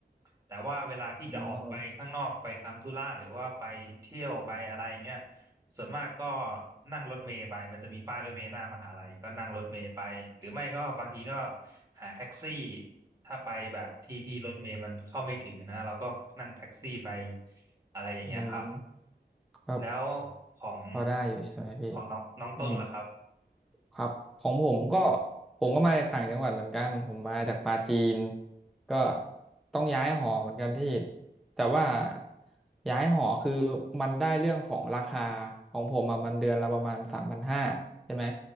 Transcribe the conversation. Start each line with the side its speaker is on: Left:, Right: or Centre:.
Right: แต่ว่าเวลาที่จะออกไปข้างนอกไปทำธุระหรือว่าไปเที่ยวไปอะไรเงี้ย
Centre: อืม
Right: ส่วนมากก็นั่งรถเมล์ไปมันจะมีป้ายรถเมล์หน้ามหาลัยก็นั่งรถเมล์ไปหรือไม่ก็บางทีก็หาแท็กซี่ถ้าไปแบบที่ที่รถเมล์มันเข้าไม่ถึงอะนะเราก็นั่งแท็กซี่ไปอะไรอย่างเงี้ยครับ
Centre: อืมครับ
Right: แล้วของ
Centre: พอได้อยู่ใช่ไหมพี่
Right: ของน้องน้องต้นล่ะครับ
Centre: อืม ครับของผมก็ผมก็มาจากต่างจังหวัดเหมือนกันผมมาจากปาจีนก็ต้องย้ายหอเหมือนกันที่แต่ว่าย้ายหอคือมันได้เรื่องของราคาของผมอะมันเดือนละประมาณสามพันห้าใช่ไหม